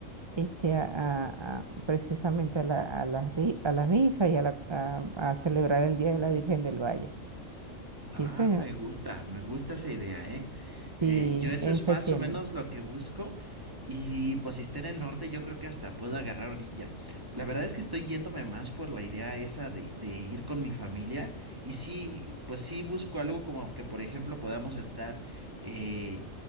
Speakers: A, on the right (about 35°); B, on the right (about 15°).
A: este, a, a- a- precisamente a la, a la, ri- a la misa y a, la, a, a celebrar el Día de la Virgen del Valle. Sí,
B: Ah,
A: señor.
B: me gusta, me gusta esa idea, ¿eh?
A: Sí,
B: Eh, yo eso
A: en
B: es
A: septiembre.
B: más o menos lo que busco y pues si está en el norte yo creo que hasta puedo agarrar orilla. La verdad es que estoy yéndome más por la idea esa de, de ir con mi familia y sí, pues sí busco algo como que por ejemplo podamos estar eh,